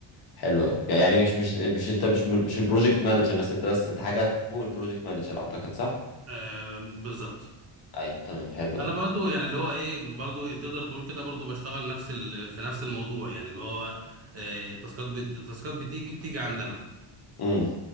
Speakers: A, on the left (about 50°); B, on the right (about 30°).
A: حلو قوي يعني مش مش مش انت مش مش البروجكت مانجر بس انت بس انت حاجه فوق البروجكت مانجر اعتقد صح
B: آه بالظبط
A: ايوه تمام حلو قوي
B: انا برضو يعني اللي هو ايه برضو تقدر تقول كده برضو بشتغل نفس ال... في نفس الموضوع يعني اللي هو آه التاسكات بت... التاسكات بتيجي بتيجي عندنا
A: امم